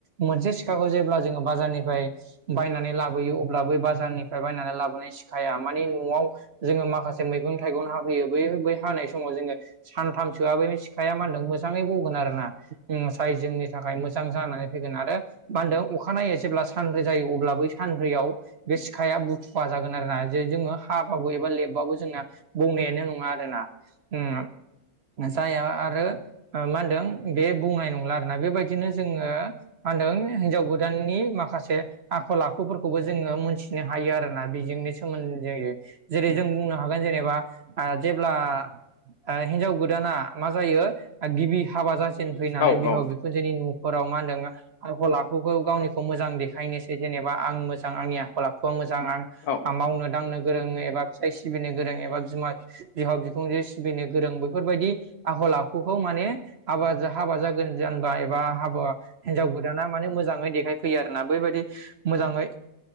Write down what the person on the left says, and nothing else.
औ
औ
औ